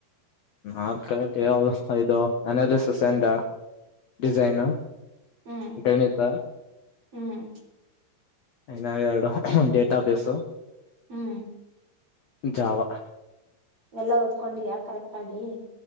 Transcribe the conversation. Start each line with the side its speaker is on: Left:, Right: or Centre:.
Left: ನಾಲ್ಕರಲ್ಲಿ ಯಾವ್ ಆ ಇದು ಅನಾಲಿಸ್ ಅಂಡ್ ಡಿಸೈನು.
Right: ಹ್ಮ್
Left: ಗಣಿತ
Right: ಹ್ಮ್
Left: ಇನ್ನ ಎರಡು ಒನ್ ಡೇಟಾ ಬೇಸು.
Right: ಹ್ಮ್.
Left: ಜಾವ.
Right: ಎಲ್ಲಾ ಓದ್ಕೊಂಡಿಯ ಕರೆಕ್ಟ್ ಆಗಿ